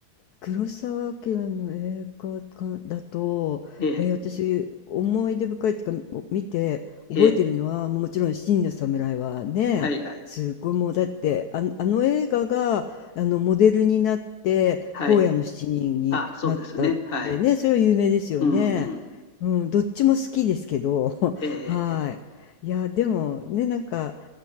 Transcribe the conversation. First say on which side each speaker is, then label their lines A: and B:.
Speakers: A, on the left (about 70°); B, on the left (about 35°).
A: 黒澤明の映画館だと、
B: ええ、
A: えー私思い出深いっていうかもう見て覚えてるのはもちろん「七人の侍」はねすごいもうだってあの、
B: ええ、はいはい、
A: あの映画があのモデルになって「荒野の七人」になったってねそれは有名ですよね。
B: はい。あ、そうですね。はい。うんうん。
A: うん、どっちも好きですけど <laughs>
B: ええ、ええ、
A: はい。
B: ええ
A: いやでもねなんか